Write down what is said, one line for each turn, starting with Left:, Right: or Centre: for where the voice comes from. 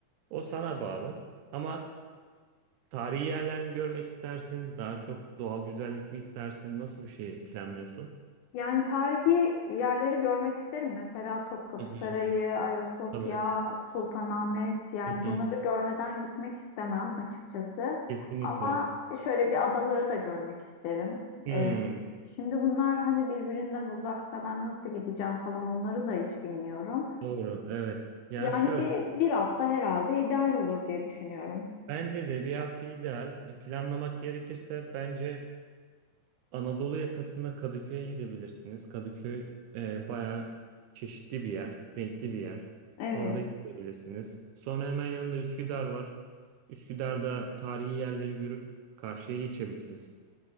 Right: O sana bağlı. Ama tarihi yerler mi görmek istersin, daha çok doğal güzellik mi istersin, nasıl bir şey planlıyorsun?
Left: Yani tarihi yerleri görmek isterim. Mesela Topkapı
Right: Hı hı,
Left: Sarayı, Ayasofya,
Right: Tabii.
Left: Sultanahmet. Yani
Right: Hı hı,
Left: bunları görmeden gitmek istemem açıkçası.
Right: Kesinlikle.
Left: Ama şöyle bir adaları da görmek isterim.
Right: Hmm,
Left: Ee, şimdi bunlar hani birbirinden uzaksa ben nasıl gideceğim falan onları da hiç bilmiyorum.
Right: doğru, evet. Yani
Left: Yani
Right: şöyle,
Left: bir, bir hafta herhalde ideal olur diye düşünüyorum.
Right: bence de bir hafta ideal. E, Planlamak gerekirse bence Anadolu yakasında Kadıköy'e gidebilirsiniz. Kadıköy e, bayağı çeşitli bir yer, renkli bir yer.
Left: Evet,
Right: Orada gezebilirsiniz. Sonra hemen yanında Üsküdar var. Üsküdar'da tarihi yerleri görüp karşıya geçebilirsiniz.